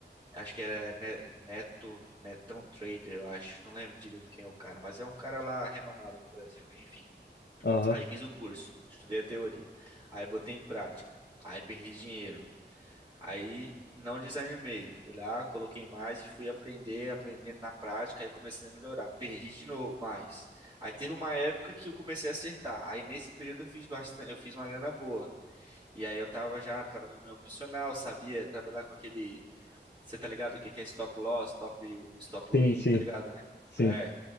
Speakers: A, on the right; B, on the left.
A: acho que era Ne- Neto, Netão Trader, eu acho. Não lembro direito quem é o cara, mas é um cara lá renomado no Brasil, enfim.
B: aham.
A: Aí fiz o curso, estudei a teoria. Aí botei em prática. Aí perdi dinheiro. Aí não desanimei. Fui lá, coloquei mais e fui aprender, aprendendo na prática, aí comecei a melhorar. Perdi de novo, mas. Aí teve uma época que eu comecei a acertar. Aí nesse período eu fiz bastante, eu fiz uma grana boa. E aí eu tava já trabalhando no meu emocional, sabia trabalhar com aquele. Você tá ligado o que que é stop loss, stop, stop
B: Sim,
A: win,
B: sim,
A: tá ligado, né?
B: sim.
A: É.